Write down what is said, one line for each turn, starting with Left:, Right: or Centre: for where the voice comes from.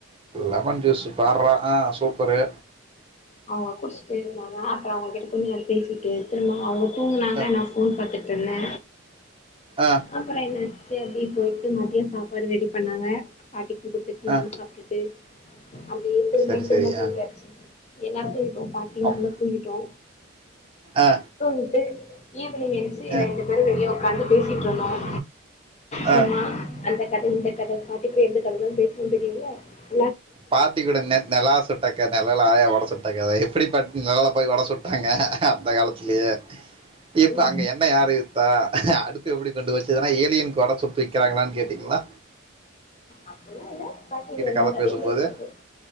Right: லெமன் ஜூஸ் பார்ரா ஆ சூப்பரு
Left: அவங்க குடிச்சுட்டு இருந்தாங்க அப்புரொ அவங்க கிட்ட கொஞ்ச நேரோ பேசிட்டு திரும்ப அவங்க துங்னாகா
Right: ஆ,
Left: நா ஃபேன் பாத்த தன்ன
Right: ஆ
Left: அப்புறோ என்ன <unintelligible> போயிட்டு மதியொ சாப்பாடு ரெடி பண்ணாங்க பாட்டி கொடுத்துட்டு நானு
Right: ஆ
Left: சாப்டுட்டு அப்படியே திரும்பி
Right: சரி
Left: திரும்ப
Right: சரி
Left: தூங்கியாச்சு
Right: ஆ
Left: எல்லா தூங்கிடோ பாட்டி
Right: அவ்-
Left: நாங்க தூங்கிட்டோ
Right: ஆ
Left: தூங்கிட்டு ஏன் பிள்ளைங்க என்ச்சு
Right: ஆ
Left: ரெண்டு பேரு வெளிய <inaudible> கண்டு <inaudible> <inaudible> வந்தாங்க சும்மா
Right: ஆ
Left: அந்த <unintelligible> ரெண்டு கண்களு பேஸ் <unintelligible>
Right: பாட்டி கூட நெ நெல சுட்ட கத நெலால ஆயா வட சுட் ட கதை எப்டி பாட் நெலால போய் வட சுட்டாங்க அந்த காலத்லியே இப்ப
Left: ம்
Right: அங்க என்ன யாரு இருத்தா அடுத்து எப்டி கொண்டு போச்சு எதுனாயா ஏ லியன்க்கு வட சுட்டு விக்கிறாங்கலான் கேட்டீங்ளா
Left: அப்புல இல்ல பாட்டிக எல்லா
Right: கதை
Left: கதையு
Right: பேசும்போது
Left: கேக்